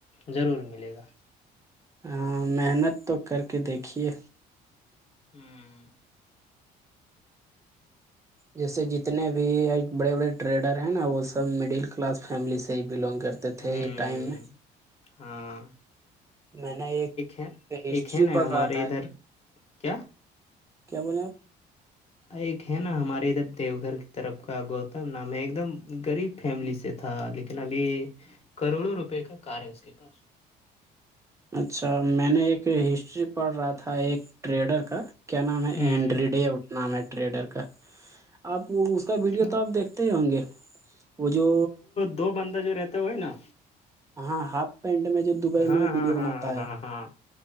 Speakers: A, on the left; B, on the right.
A: ضرور ملے گا
B: ہاں محنت تو کر کے دیکھیے
A: ہوں
B: جیسے جتنے بھی بڑے بڑے ٹریڈر ہیں نا وہ سب مڈل کلاس فیملی سے ہی بلونگ کرتے تے
A: ہوں
B: تھے ایک ٹائم میں
A: ہاں
B: میں نے ایک
A: ہے
B: ہسٹری
A: ایک ہے نا
B: پڑھ
A: ہمارے
B: رہا تھا
A: ادھر کیا
B: کیا بولیں آپ
A: ایک ہے نا ہمارے ادھر دیو گھر کی طرف کا گوتم نام ہے ایک دم غریب فیملی سے تھا لیکن ابھی کروڑوں روپے کا کار ہے اس کے پاس
B: اچھا میں نے ایک ہسٹری پڑھ رہا تھا ایک ٹریڈر کا کیا نام ہے
A: ہوں
B: اینڈریڈے اھناام ہے ٹریڈر کا آپ وہ اس کا ویڈیو
A: اچھا
B: تو آپ دیکھتے ہی ہوں گے وہ جو
A: دو بندہ جو رہتا ہے ہوی نا
B: ہاں ہاف پینٹ میں جو دبئی
A: ہاں
B: میں
A: ہاں
B: ویڈیو
A: ہاں
B: بناتا ہے
A: ہاں ہاں